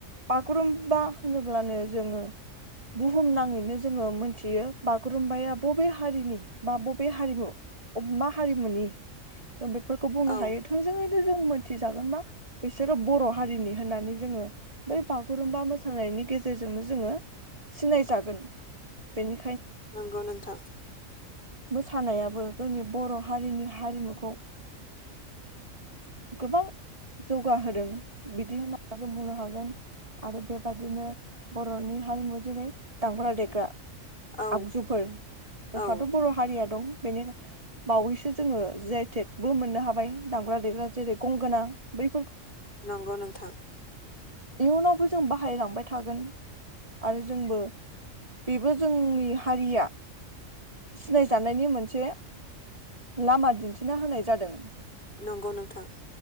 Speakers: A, on the right; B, on the left.
A: बागुरुम्बा होनोब्लानो जोङो बुहुम नाङैनो जोङो मोनथियो। बागुरुमबाया बबे हारिनि बा बबे हारिमु मा हारिमुनि जों बेफोरखौ बुंनो
B: औ
A: हायो थोंजोङै नो जों मोनथिजागोनबा बिसोरो बर' हारिनि होननानै जोङो बै बागुरुम्बा मोसानायनि गेजेरजोंनो जोङो सिनायजागोन। बेनि
B: नोंगौ नोंथां।
A: मोसानायाबो जोंनि बर' हारिनि हारिमुखौ गोबां जौगाहोदों बिदि होनना जों बुंनो हागोन आरो बेबादिनो बर'नि हारिमु जेरै दामग्रा देग्रा।
B: औ
A: आगजुफोर जोंहाथ'
B: औ
A: बर' हारिया दं। बेनि बावैसो जोङो जि आइ टेग बो मोननो हाबाय दामग्रा देग्रा जेरै गंगोना बै
B: नंगौ नोंथां।
A: इयुनावबो जों बाहायलांबाय थागोन आरो जोंबो बेबो जोंनि हारिया सिनायजानायनि मोनसे लामा दिन्थिना होनाय जादों।
B: नंगौ नोंथां।